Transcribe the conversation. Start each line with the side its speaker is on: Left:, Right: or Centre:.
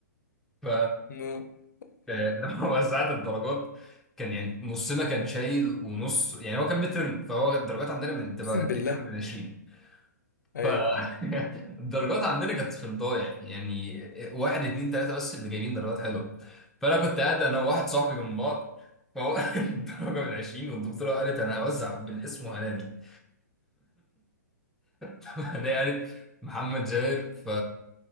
Centre: ف
Left: <laughs>
Centre: لما <laughs> وزعت الدرجات كان يعني نصنا كان شايل ونص يعني هو كان ميد ترم فهو الدرجات عندنا من تبقى
Left: اقسم
Centre: الميد
Left: بالله
Centre: ترم ب 20
Left: ايوه
Centre: ف
Left: أيوة.
Centre: الدرجات <laughs> عندنا كانت في الضايع يعني يعني واحد اتنين تلاته بس اللي جايبين درجات حلوه فانا كنت قاعد انا وواحد صاحبي جنب بعض فهو <laughs> الدرجه من 20 والدكتوره قالت انا هوزع بالاسم وهنادي <laughs> انا قالت محمد زاهر ف